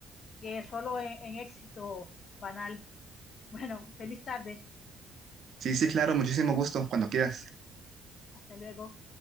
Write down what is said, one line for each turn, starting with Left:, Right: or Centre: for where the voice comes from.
Left: que solo en en éxito banal. <laughs> Bueno, feliz tarde.
Right: Sí, sí, claro, muchísimo gusto, cuando quieras.
Left: Hasta luego.